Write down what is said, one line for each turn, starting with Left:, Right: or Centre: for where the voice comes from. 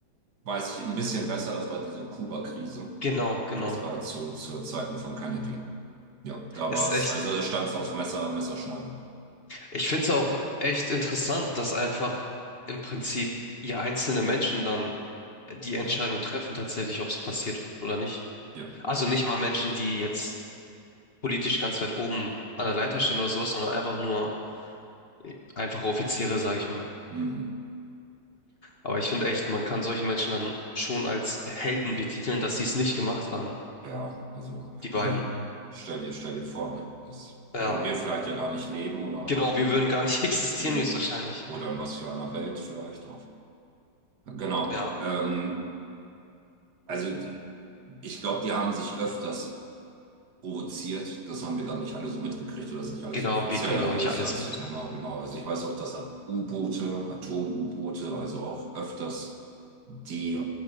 Right: weiß ich ein bisschen besser, das war diese Kuba-Krise.
Left: Genau, genau.
Right: Das war zu, zu Zeiten von Kennedy. Ja, da
Left: Ist
Right: war es,
Left: echt,
Right: also da stand es aufs Messer, Messerschneide.
Left: ich finde es auch echt interessant, dass einfach im Prinzip ja einzelne Menschen dann die Entscheidung
Right: Ja,
Left: treffen, tatsächlich, ob es passiert oder nicht.
Right: ja.
Left: Also nicht mal Menschen, die jetzt politisch ganz weit oben an der Leiter
Right: Mhm.
Left: stehen oder sowas, sondern einfach nur äh, einfache Offiziere, sag ich mal.
Right: Mhm.
Left: Aber ich finde echt, man kann solche Menschen dann schon als Helden betiteln, dass sie es nicht gemacht haben,
Right: Ja, also
Left: die beiden.
Right: <laughs> stell dir, stell dir vor, ne? Das
Left: Ja,
Right: würden wir vielleicht ja gar nicht leben oder
Left: genau,
Right: keine
Left: wir
Right: Ahnung.
Left: würden gar nicht <laughs> existieren,
Right: Hm.
Left: höchstwahrscheinlich.
Right: Oder in was für einer Welt vielleicht auch. Genau.
Left: Ja,
Right: Ähm, also ich glaube, die haben sich öfters provoziert. Das haben wir dann nicht alle so mitgekriegt oder das ist nicht alles
Left: genau,
Right: so offiziell.
Left: wir kriegen
Right: Also
Left: ja auch nicht
Right: das
Left: alles
Right: hat,
Left: mit.
Right: genau, genau. Also ich weiß auch, dass hat U-Boote, Atom-U-Boote, also auch öfters die